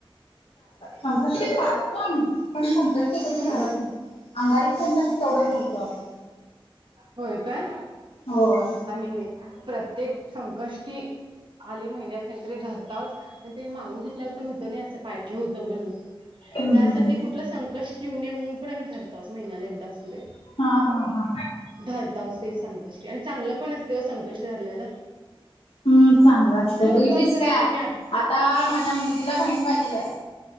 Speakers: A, on the left; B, on the right.
A: संकष्टी पाळतो आम्ही. पण संकष्टी कधी
B: हं?
A: धरत नाही. अंगारीक संकष्टी तेवढं, धरतो आम्ही.
B: होय, काय?
A: होय
B: आम्ही नाही. प्रत्येक संकष्टी, आली महिन्यातन तरी धरताव. तेनी मागून घेतल्याला पण होत नाही. असं, पाहिजे होतं बोलून.
A: हम्म
B: त्यासाठी
A: हम्म
B: कुठ ल संकष्ट येऊ नये. म्हणून पण, आम्ही धरतावच. महिन्याला एकदा असू दे.
A: हा, हा, हा.
B: धरतावच ते संकष्टी. आणि चांगलं पण असते ओ, संकष्ट धरल्याल.
A: हम्म, चांगलं असतं.
B: उपवास
A: बघितलीस
B: करत
A: का?
B: नाही मी आठ
A: आता,
B: हं?
A: माझ्या मुली ला बहीन पायजेलय.